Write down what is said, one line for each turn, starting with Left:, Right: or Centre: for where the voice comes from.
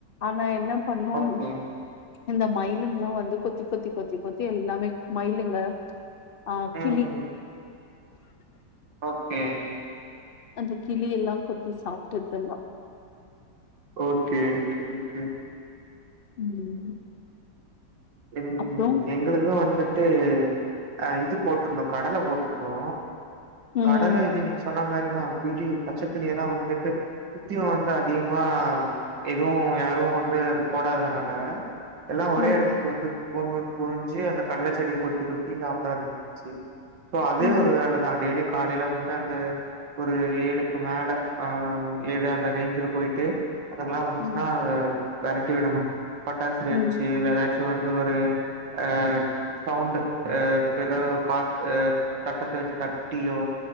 Left: ஆனா என்ன பண்ணோம்
Right: ஓகே
Left: இந்த மயிலுங்கல்லா வந்து கொத்தி கொத்தி கொத்தி கொத்தி எல்லாமே மயிலுங்க ஆ
Right: ம்
Left: கிளி
Right: ம் ஓகே
Left: அந்த கிளி எல்லா கொத்தி சாப்டுதுங்கோ
Right: ஓகே ஓகே ஓகே
Left: ம்
Right: எங்
Left: அப்றோ
Right: எங்களது வந்துட்டு அ இது போட்டுருந்தோ கடல போட்டுருந்தோ
Left: ம்
Right: கடல இது நீங்க சொன்ன மாரிதா கிளி பச்சகிளியெல்லா வந்துட்டு சுத்தியு வந்து அதிகமா எதுவு யாரு வந்து அது போடாதனால எல்லா ஒரே
Left: ம்
Right: எடத் கொந்து ஒன்னு குவிஞ்சு அந்த கடல செடிய கொத்தி கொத்தி சாப்ட ஆரம்பிச்சிச்சு சோ அதே
Left: ம்
Right: ஒரு வேலதா டெய்லி காலையில வந்து அந்த ஒரு ஏழுக்கு மேல அ ஏழு அந்த ரேஞ்சுல போய்ட்டு அதுங்கல்லா வந்துச்சுன்னா
Left: ம்
Right: அத வெரட்டி விடணு பட்டாசு
Left: ம்
Right: வச்சு இல்ல ஏதாச் சு வந்து ஒரு அ சவுண்டு அ ஏதாவ்து ஒரு பாத் அ தட்ட கழிச்சி தட்டியோ